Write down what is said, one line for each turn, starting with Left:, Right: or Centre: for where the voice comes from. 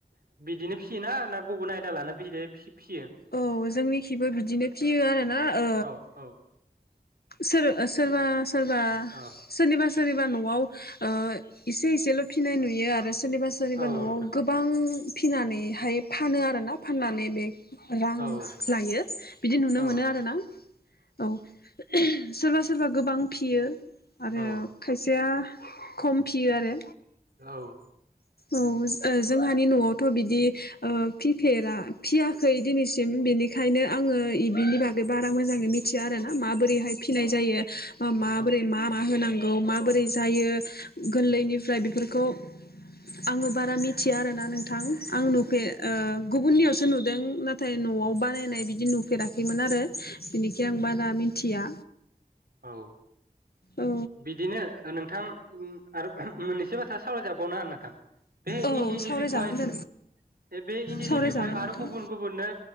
Right: बिदिनो फिसियोना ना गुबुन आयदा लाना बिदिनो फिस-फिसियो?
Left: औ जोंनिखिबो बिदिनो फियो आरोना ओ
Right: औ औ
Left: सोर सोरबा सोरबा
Right: औ
Left: सोरनिबा सोरनिबा न'आव ओ इसे इसेल' फिनाय नुयो आरो सोरनिबा सोरनिबा
Right: औ
Left: न'आव
Right: नोंथां
Left: गोबां फिनानैहाय फानो आरोना फाननानै बे रां
Right: औ
Left: लायो बिदि नुनो
Right: औ
Left: मोनो आरोना औ सोरबा सोरबा गोबां फियो आरो
Right: औ
Left: खायसेया खम फियो आरो
Right: औ
Left: औ ओ जोंहानि न'आवथ' बिदि ओ फिफेरा फिसिया खै दिनैसिम बेनिखायनो आङो इबिनि बागै बारा मोजाङै मिथिया आरो ना माबोरैहाय फिसिनाय जायो मा माबोरै
Right: औ
Left: मा मा होनांग औ माबोरै जायो गोरलैनिफ्राय
Right: औ
Left: बेफोरखौ खौ आङो बारा मिथिया आरोना नोंथां आं नुफेर ओ गुबुननियावसो नुदों नाथाय न'आव बानायनाय बिदि नु होफेराखैमोन आरो बिनिखाय आं बारा मिथिया
Right: औ
Left: औ
Right: बिदिनो नों नोंथां आरो मोननैसो बाथा सावरायजा बावनो नोथां बे
Left: औ
Right: इन्दिनि
Left: सावरायजागोन
Right: बिखय
Left: दे
Right: बे इन्दिनि
Left: सावरायजागोन
Right: बिखय आरो
Left: नोंथां
Right: गुबुन गुबुननो